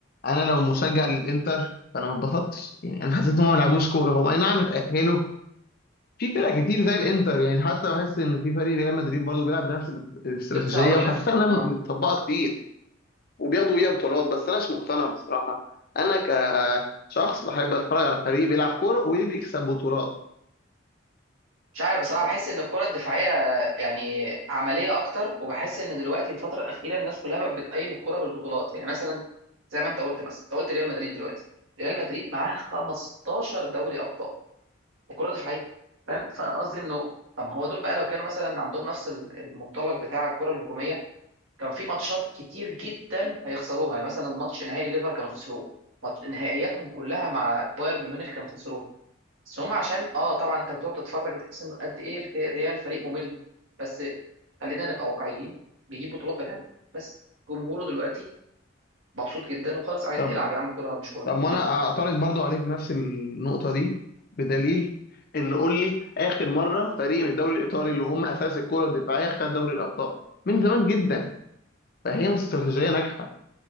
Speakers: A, on the left (about 50°); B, on the right (about 85°).
A: انا لو مشجع للانتر فانا ما اتبسطتش يعني انا حسيت ان هم ما بيلعبوش كوره هو اي نعم اتاهلوا في فرق كتير زي الانتر يعني حتى بحس ان في فريق ريال مدريد برضه بيلعب بنفس الاستراتيجيه
B: لسه هقول
A: وحسيتها
B: لك
A: انها متطبقه
B: اه
A: كتير وبياخدوا بيها بطولات بس أناش مقتنع بصراحة أنا كشخص بحب أتفرج على فريق بيلعب كورة وبيكسب بطولات
B: مش عارف بصراحه بحس ان الكره الدفاعيه يعني عمليه اكتر وبحس ان دلوقتي الفتره الاخيره الناس كلها بقت بتقيم الكره بالبطولات يعني مثلا زي ما انت قلت مثلا انت قلت ريال مدريد دلوقتي ريال مدريد معاه 15 دوري ابطال وكره دفاعيه فاهم فانا قصدي انه طب ما هو دول بقى لو كانوا مثلا عندهم نفس ال- المنطلق بتاع الكره الهجوميه كان في ماتشات كتير جدا هيخسروها يعني مثلا ماتش نهائي الليفر كانوا خسروه ماتش نهائياتهم كلها مع بايرن ميونخ كانوا خسروها بس هم عشان اه طبعا انت بتقعد تتفرج بتحس انه قد ايه الف- ريال فريق ممل بس خلينا نبقى واقعيين بيجيب بطولات بالهبل بس جمهوره دلوقتي مبسوط جدا وخلاص عادي
A: طب
B: العب يا عم كوره مش مهم
A: طب
B: ممل
A: ما أنا أعترض برضو عليك بنفس النقطة دي بدليل إن قول لي آخر مرة فريق من الدوري الإيطالي اللي هم أساس الكرة الدفاعية خد دوري الأبطال من زمان جدا فهي مش استراتيجية ناجحة